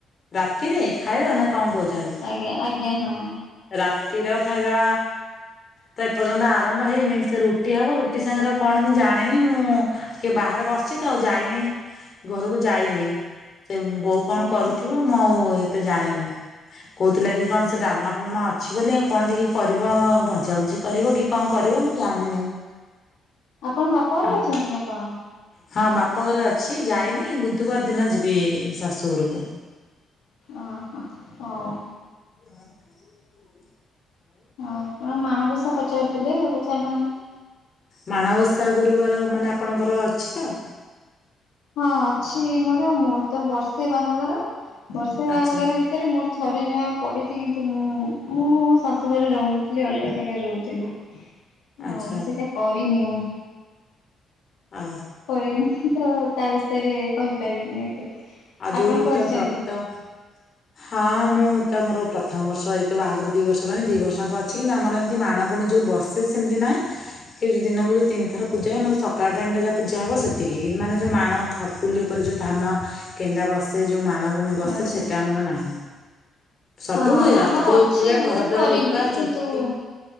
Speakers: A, on the left (about 45°); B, on the left (about 80°).
A: ରାତିରେ ଖାଇବା ନା କଣ କହୁଛନ୍ତି?
B: ଆଜ୍ଞା ଆଜ୍ଞା ହଁ।
A: ରାତିର ଖାଇବା ତ ଏପର୍ଯ୍ୟନ୍ତ ଆରମ୍ଭ ହେଇନି ସେ ରୁଟି ହବ ରୁଟି ସାଙ୍ଗରେ ଆଉ କଣ ମୁଁ ଜାଣିନି ମୁଁ ଟିକେ ବାହାରେ ବସିଛି ତ ଆଉ ଯାଇନି ଘରକୁ ଯାଇନି। ସେ ବୋଉ କଣ
B: ଆଚ୍ଛା
A: କରୁଥିବ ମୁଁ ଆଉ ଏତେ ଜାଣିନି। କହୁଥିଲା କି କଣ ସେ ଡାଲମା ଡ଼ାଲାମା ଅଛି ବୋଲି ଆଉ କଣ ଟିକେ କରିବ ଭଜାଭୁଜି କରିବ କି କଣ କରିବ ମୁଁ ଜାଣିନି।
B: ଆପଣ ବାପା ଘରେ
A: ହଁ
B: ଅଛନ୍ତି ନା କଣ?
A: ହଁ ବାପଘରେ ଅଛି ଯାଇନି ବୁଧବାର ଦିନ ଯିବି ଶାଶୁଘରକୁ।
B: ଓହୋ ହଉ।
A: ହ <inaudible>
B: ହଉ କଣ ମାଣବସା ପଚାରୁଥିଲେ ପଚାରୁନାହାନ୍ତି?
A: ମାଣବସା ଗୁରୁବାର ମାନେ ଆପଣଙ୍କର ଅଛି ତ?
B: ହଁ ଅଛି ମୋର ମୋର ତ ବର୍ଷେ ବାହାଘର ବର୍ଷେ ବାହାଘର
A: ଆଚ୍ଛା
B: ଭି ତରେ ମୋର ଥରେ ଜମା ପଡ଼ିଚି କିନ୍ତୁ ମୁଁ ମୁଁ ଶାଶୁ ଘରେ ରହୁନଥିଲି ଅଲଗା ଜାଗାରେ ରହୁଥିଲି।
A: ଆଚ୍ଛା
B: ଆଉ ସେଟା କରିନି ମୁଁ।
A: ଆଁ।
B: କରିନି ତ ତା ବିଷୟରେ କହିପାରିବିନି ଏତେ।
A: ଆଉ
B: ଆପଣ
A: ଯୋଉ
B: କରିଛନ୍ତି
A: ଟା ବ୍ରତ ହଁ ମୁଁ ତ ମୋର ପ୍ରଥମ ବର୍ଷ ଏଇତ ବାହାଘର ଦି ବର୍ଷ ହେଲାଣି ଦି ବର୍ଷ ଆଙ୍କ ଅଛି କିନ୍ତୁ ଆମର ଏମିତି ମାଣଗୁଣୀ ଯୋଉ ବସେ ସେ ସେମତି ନାହିଁ। କିନ୍ତୁ ଯୋଉ ଦିନକୁ ଯୋଉ ତିନିଥର ପୂଜା ହୁଏ ଆମର ସକାଳ ଟାଇମ ଟା ଯାହା ପୂଜା ହବ ସେତିକି ମାନେ ଯୋଉ ମାଣ ଖଟୁଲି ଉପରେ ଯୋଉ ଧାନ କେଣ୍ଡା ବସେ ଯୋଉ ମାଣ ଗୁଣି ବସେ
B: ଆଚ୍ଛା।
A: ସେଟା ଆମର ନାହିଁ। ସବୁ
B: ହଁ ହଁ
A: ହୁଏ ରାତିକରୁ
B: ଆମର ଅଛି
A: ଉଠିବା
B: ମୁଁ
A: ଘର ଦ୍ୱାର
B: କରିନି
A: ଲିପା
B: କିନ୍ତୁ
A: ଝୋଟି